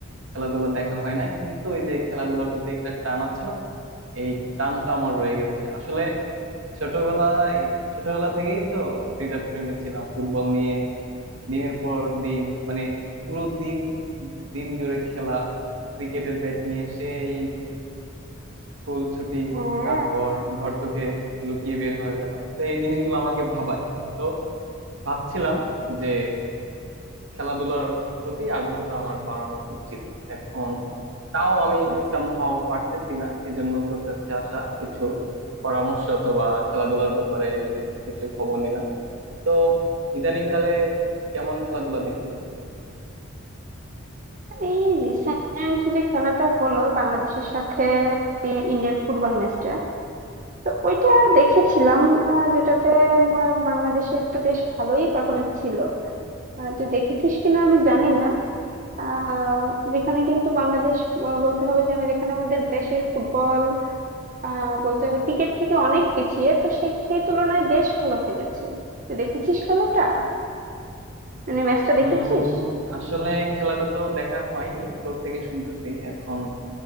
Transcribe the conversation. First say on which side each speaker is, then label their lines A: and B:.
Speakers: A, on the right; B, on the right.
A: খেলাধুলা দেখা হয় না কিন্তু ওই যে খেলাধুলার প্রতি একটা টান আছে না এই টানটা আমার রয়ে গেছে আসলে ছোটবেলায় ছোটবেলা থেকেই তো ক্রীড়া প্রেমী ছিলাম ফুটবল নিয়ে দিনের পর দিন মানে পুরো দিন দিন জুড়ে খেলা ক্রিকেটের ব্যাট নিয়ে সেই স্কুল ছুটি
B: হ্যাঁ
A: তারপর ঘর থেকে লুকিয়ে বের হয়ে যাওয়া তো এই জিনিসগুলো আমাকে ভাবায় তো ভাবছিলাম যে খেলাধুলার প্রতি আগ্রহটা আমার বাড়ানো উচিত এখন তাও আমি সামহাও পারতেছি না এজন্য তোর কাছে আসা কিছু পরামর্শ অথবা খেলাধুলার ব্যাপারে লেটেস্ট কিছু খবর নিলাম তো ইদানিং কালে কেমন খেলাধুলা দেখলি
B: এই রিসেন্ট যে খেলাটা হলো বাংলাদেশের সাথে এ- ইন্ডিয়ার ফুটবল ম্যাচটা তো ওইটা দেখেছিলাম আহ, যেটাতে উম, আহ, বাংলাদেশের তো বেশ ভালোই পারফরমেন্স ছিল আহ, তুই দেখেছিস কিনা আমি জানি না আহ, যেখানে কিন্তু বাংলাদেশ আহ, বলতে হবে যে আমি যেখানে আমাদের দেশের ফুটবল আহ, বলতে হবে ক্রিকেট থেকে অনেক পিছিয়ে তো সে সেই তুলনায় বেশ ভালো খেলেছে তুই দেখেছিস খেলাটা মানে ম্যাচটা
A: উম
B: দেখেছিস
A: আসলে খেলাটা তো দেখা হয়নি তোর থেকে শুনতেছি এখন